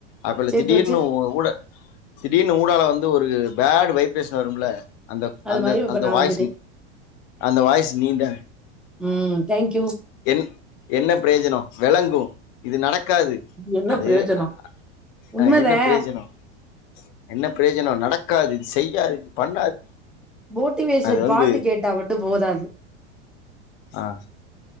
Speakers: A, on the left (about 50°); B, in the centre.
A: ஆப்பல
B: சேத்து
A: திடீர்னு
B: வச்சு
A: உங்க கூட திடீர்னு ஊடால வந்து ஒரு பேட் வைப்ரேஷன் வரும்ல அந்த
B: அது
A: அந்த
B: மாரி இப்ப
A: அந்த
B: நா
A: வாய்ஸ்
B: வந்துட்டே
A: அந்த வாய்ஸ் நீதா
B: ம் தேங்க்யூ
A: என் என்ன பிரயோஜனம் விளங்கும் இது நடக்காது
B: என்ன
A: அது
B: பிரயோஜனோ
A: ஆஹ்
B: உண்மதே
A: என்ன பிரயோஜனம் என்ன பிரயோஜனம் நடக்காது இது செய்யாது இது பண்ணாது
B: மோட்டிவேஷன்
A: அது வந்து
B: பாட்டு கேட்டா மட்டும் போதாது
A: ஆஹ்